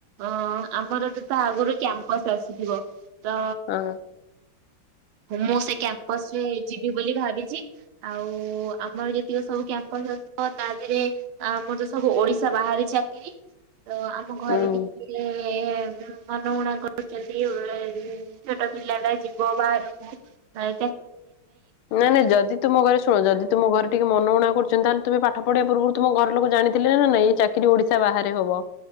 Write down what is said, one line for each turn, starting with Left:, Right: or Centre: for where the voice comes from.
Right: ହଁ ଆମର ତ ତା ଆଗରୁ କ୍ୟାମ୍ପସ ଆସିଥିବ। ତ
Left: ହଁ
Right: ଘୁମ ସେଇ <unintelligible> ସରେ ଯିବି ବୋଲି ଭାବିଛି ଆଉ ଆମର ଯେତିକ ସବୁ କ୍ୟାମ୍ପସ ଅ ତା ଦେହରେ ଆମର ତ ସବୁ ଓଡିଶା ବାହାରି ଚାକିରି ତ ଆମ ଘରେ
Left: ହୁଁ।
Right: ଟିକେ ମନଗୁଣା କରୁଛନ୍ତି ଛୋଟ ପିଲା ଟା ଯିବ ବାହାରକୁ। ଆ
Left: ନାଇଁ ନାଇଁ ଯଦି ତୁ ମୋ ଘରେ ଶୁଣ ଯଦି ତୁମ ଘରେ ଟିକେ ମନ ଉଣା କରୁଛନ୍ତି ତାହେଲେ ତୁମେ ପାଠ ପଢିବା ପୂର୍ବରୁ ତୁମ ଘର ଲୋକ ଜାଣିଥିଲେ ନାଇଁଇ ଚାକିରି ଓଡିଶା ବାହାରେ ହବ।